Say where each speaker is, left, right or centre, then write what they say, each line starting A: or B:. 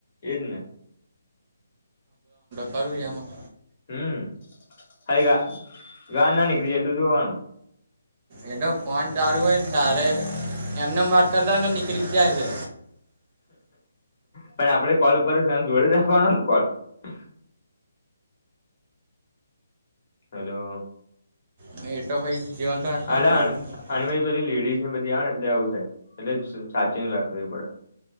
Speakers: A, on the left; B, on the right.
A: એજ ને
B: કરું છે એમાં
A: હમ્મ. ખાલી ગા ગાળ ના નીકળી જાય એટલું જોવાનું.
B: એ તો ફોન ચાલુ હોયને ત્યારે એમને એમ વાત કરતા હોય ને તો નીકળી જ જાય છે.
A: પણ આપણે કોલ ઉપર <unintelligible> જોડી રાખવાનોને કોલ. <unintelligible> હેલો.
B: <unintelligible> રાખવાનું
A: અલા
B: બીજું
A: અને
B: શું
A: અને બધી બધી લેડીસ ને બધી <unintelligible> <unintelligible> ને. એટલે આવું થાય એટલે સાચીવીને વાત કરવી પડે.